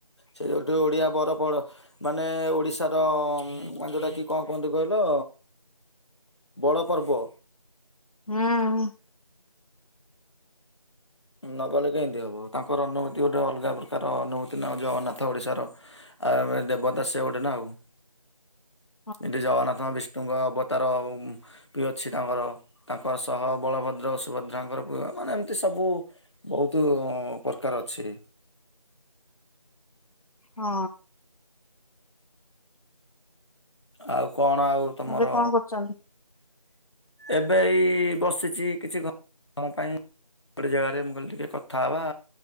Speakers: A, on the left; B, on the left.
A: ସେଉଠୁ ଓଡିଆ ବରପଡ ମାନେ ଓଡ଼ିଶାର ମାନେ ଯୋଉଟା କି କଣ କୁହନ୍ତି କହିଲ ବଡ଼ ପର୍ବ।
B: ହଁ।
A: ନ ଗଲେ କେମିତି ହବ? ତାଙ୍କର ଅନୁଭୂତି ଗୋଟେ ଅଲଗା ପ୍ରକାର ଅନୁଭୂତି ନା ଜଗନ୍ନାଥ ଓଡ଼ିଶାର। ଆମେ ଦେବତା ସିଏ ଗୋଟେ ନା ଆଉ।
B: <inaudible>
A: ଏଠି ଜଗନ୍ନାଥ ବିଷ୍ଣୁଙ୍କର ଅବତାର ଆଉ ବି ଅଛି ତାଙ୍କର ତାଙ୍କର ସହ ବଳଭଦ୍ର, ସୁୁଭଦ୍ରାଙ୍କର ପୁ- ମାନେ ଏମିତି ସବୁ ବହୁତୁ ପ୍ରକାର ଅଛି।
B: ହଁ।
A: ଆଉ କଣ ଆଉ ତୋମର
B: ଏବେ କଣ କରୁଛନ୍ତି?
A: ଏବେ ଏଇ ବସିଛି କିଛି <inaudible> ପାଇଁ। ଗୋଟେ ଜାଗାରେ ମୁଁ କହିଲି ଟିକେ କଥା ହବା।